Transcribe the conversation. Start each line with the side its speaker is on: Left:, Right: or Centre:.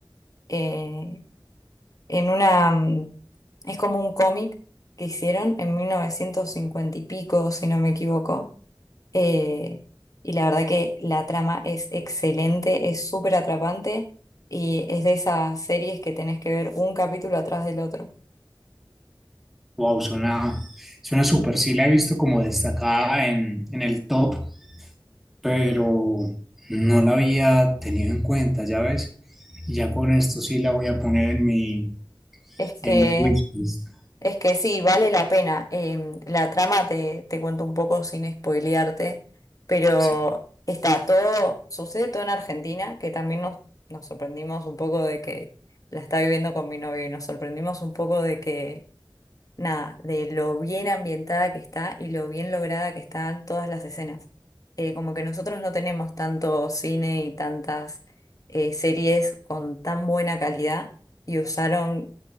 Left: eh, en una, mm, es como un cómic que hicieron en 1950 y pico, si no me equivoco. Eh, y la verdad que la trama es excelente, es súper atrapante y es de esas series que tenés que ver un capítulo atrás del otro.
Centre: Wow, suena, suena súper. Sí la he visto como destacada en, en el top, pero no la había tenido en cuenta, ya ves. Y ya con esto sí la voy a poner en mi,
Left: Es
Centre: en
Left: que...
Centre: mi wishlist.
Left: Es que sí, vale la pena. Em, la trama te, te cuento un poco sin spoilearte, pero
Centre: Sí. <laughs>
Left: está todo, sucede todo en Argentina, que también nos, nos sorprendimos un poco de que la está viviendo con mi novio y nos sorprendimos un poco de que nada, de lo bien ambientada que está y lo bien lograda que están todas las escenas. Eh, como que nosotros no tenemos tanto cine y tantas eh, series con tan buena calidad y usaron,